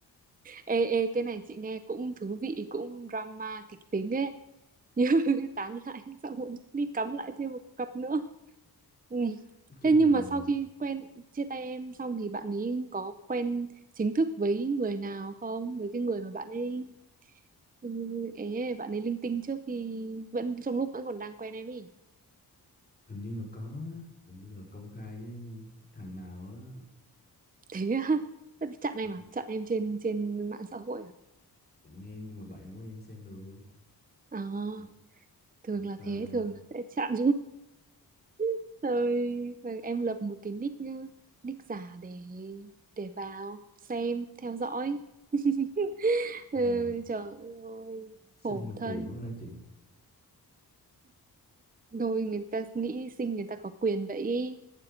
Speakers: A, on the right; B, on the left.
A: ê ê cái này chị nghe cũng thú vị cũng drama kịch tính ấy <laughs> như tán lại xong rồi đi cắm lại thêm một cặp nữa ừ.
B: nói chung
A: thế nhưng
B: là
A: mà sau khi quen chia tay em xong thì bạn ấy có quen chính thức với người nào không với cái người mà bạn ấy ừ, ấy bạn ấy linh tinh trước khi vẫn trong lúc vẫn còn đang quen em ấy
B: hình như là có á, hình như là công khai với thằng nào á
A: thế á? <laughs> chặn em
B: ừ,
A: à chặn em trên trên mạng xã hội à,
B: chẳng em nhưng mà bạn của em xem được
A: à
B: Ờ,
A: thường
B: công khai
A: là thế
B: ra
A: thường là sẽ chặn <laughs> rồi rồi em lập một cái nick ờ, nick giả để để vào xem theo dõi <laughs>
B: nhưng
A: Ừ,
B: mà
A: trời ơi khổ
B: xinh mà
A: thân
B: kỳ quá ha chị
A: thôi người ta nghĩ sinh người ta có quyền vậy ý.